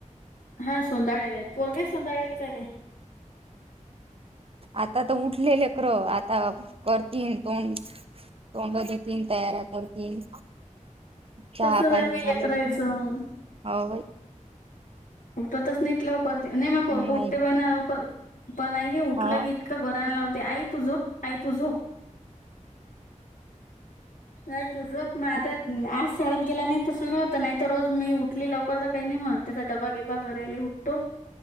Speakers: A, on the left; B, on the right.
A: हा सुंदाळ्याला, पोरग ही सुंदाळ्यालाच आहे काय?
B: आता तर उठले लेकर आता करतील तोंड तोंड धुतीन तयारा करतील चहा
A: तसंच
B: पाणी
A: आहे बाई
B: झालंय
A: लेकरायचं
B: कि नाय हव बाई.
A: उठतच नाहीत लवकर नाही मग फोरगं
B: नाही
A: उठते पहि ना लवकर पण नाही के उठलं
B: हो
A: की इतका गोरने लावते आई तू झोप आई तू झोप आई तू झोप आता आज शाळेत गेल्या नाही तर सुरू होत नाही तर रोज मी उठली लवकर तर काही नाही म्हणत. डबा गेबा करायले उठतो.